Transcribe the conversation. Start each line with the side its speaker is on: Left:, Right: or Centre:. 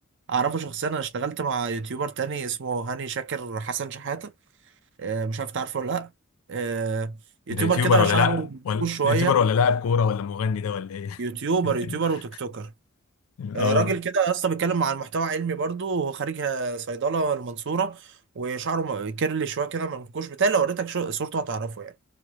Right: اعرفه شخصيا انا اشتغلت مع يوتيوبر تاني اسمه هاني شاكر حسن شحاته آه، مش عارف تعرفه ولا لا آه، يوتيوبر
Left: ده يوتيوبر
Right: كده
Left: ولا
Right: شعره
Left: لا
Right: منكوش
Left: ولا
Right: شويه
Left: يوتيوبر ولا لاعب كوره ولا مغني ده ولا ايه
Right: يوتيوبر
Left: <laughs>
Right: يوتيوبر وتيك توكر
Left: اه
Right: آه، راجل كده يا اسطى بيتكلم عن محتوى علمي برضه هو خارج آه، صيدله المنصوره وشعره م- كيرلي شويه كده منكوش بتاعي لو وريتك شو- صورته هتعرفه يعني